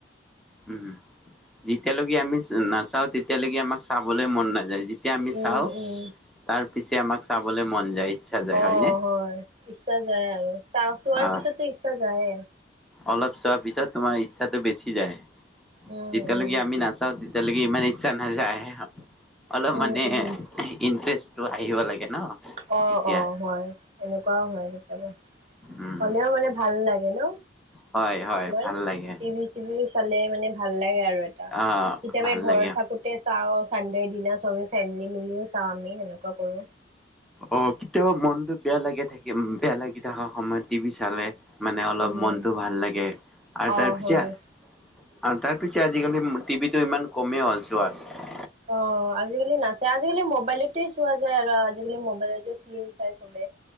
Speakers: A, in the centre; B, on the right (about 35°).
A: উম হম। যেতিয়ালৈকে আমি নাচাওঁ তেতিয়ালৈকে আমাৰ চাবলৈ মন নাযায় যে তিয়া আমি
B: উম
A: চাওঁ,
B: উম
A: তাৰ পিছে আমাক চাবলৈ মন যায়। ইচ্ছা যায়
B: অ',
A: হয়নে
B: হয়, ইচ্ছা যায় আৰু, চা-চোৱাৰ
A: অ
B: পিছতো ইচ্ছা যায়ে।
A: অলপ চোৱাৰ পিছত তোমাৰ ইচ্ছাটো বেছি যায়,
B: উম
A: যেতিয়ালৈকে
B: উম
A: আমি নাচাওঁ তে তিয়ালেকে ইমান ইচ্ছা নাযায়, অলপ
B: উম
A: মানে
B: উম
A: ইনটাৰেষ্ট টো আহিব লাগে ন।
B: অ'-অ',
A: তেতিয়া
B: হয়, এনেকুৱাও হয় কেতিয়াবা।
A: উম
B: হলেও মানে ভাল লাগে ন,
A: হয় হয়
B: তোমাৰ?
A: ভাল লাগে
B: টিভি চিভিও চালে মানে ভাল লাগে আৰু এটা,
A: অ
B: কেতিয়াবা
A: ভাল
B: এই ঘৰত
A: লাগে
B: থাকো তে চাওঁ, চানডেৰ দিনা চবে ফেমিলি মিলিয়ে চাওঁ আমি সেনেকুৱা কৰোঁ‌।
A: অ', কেতিয়াবা মনটো বেয়া লাগে থাকি, বেয়া লাগি থকা সময়ত টিভি চালে মানে অলপ
B: উম
A: মনতটো ভাল লাগে, আৰু
B: অ
A: তাৰ পিছত
B: হয়
A: আৰু তাৰ পিছে আজিকালি টিভিটো ইমান কমেই হ'ল আৰু চোৱা।
B: অ', আজিকালি নাচাই, আজিকালি মবাইলতে চোৱা যায় আৰু, আজিকালি মবাইলতে ফিল্ম চাই চবে।